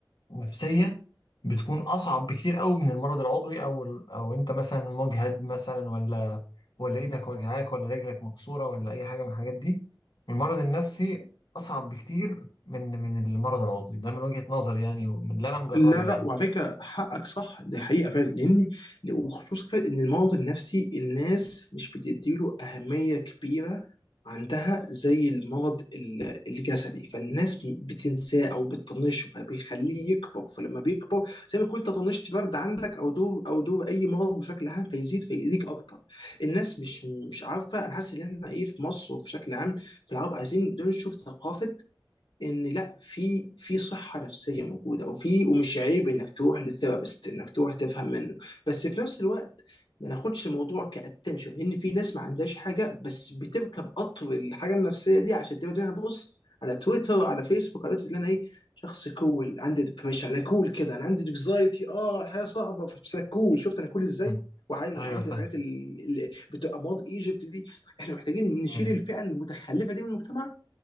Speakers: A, on the left; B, on the left.
A: النفسية بتكون أصعب بكتير قوي من المرض العضوي أو ال- أو أنت مثلا مجهد مثلا ولا ولا إيدك وجعاك ولا رجلك مكسورة ولا أي حاجة من الحاجات دي المرض النفسي أصعب بكتير من من المرض العضوي ده من وجهة نظري يعني ومن اللي أنا مجربه
B: لا لا
A: يعني
B: وعلى فكره حقك صح دي حقيقه فعلا لان وخصوصا فعلا ان المرض النفسي الناس مش بتديله اهميه كبيره عندها زي المرض ال- الجسدي فالناس بتنساه او بتطنشه فبيخليه يكبر فلما بيكبر زي ما كنت طنشت برد عندك او دور او دور اي مرض بشكل عام فيزيد فيأذيك اكتر الناس مش مش عارفه انا حاسس ان احنا ايه في مصر وفي شكل عام في العرب عايزين ننشر ثقافه ان لا في في صحه نفسيه موجوده وفي ومش عيب انك تروح للثيرابيست انك تروح تفهم منه بس في نفس الوقت ما ناخدش الموضوع كاتنشن لان في ناس ما عندهاش حاجه بس بتركب قطر الحاجه النفسيه دي عشان تبقى لها بص على تويتر على فيسبوك على تويتر اللي انا ايه شخص كول عندي ديبريشن انا كول كده انا عندي انكزايتي اه الحياه صعبه بس انا كول شفت انا كول ازاي
A: م.
B: وعين
A: أيوه
B: وعندي
A: فاهم
B: الحاجات اللي بتبقى ماض ايجيبت دي احنا محتاجين نشيل
A: أيوه
B: الفئه المتخلفه دي من المجتمع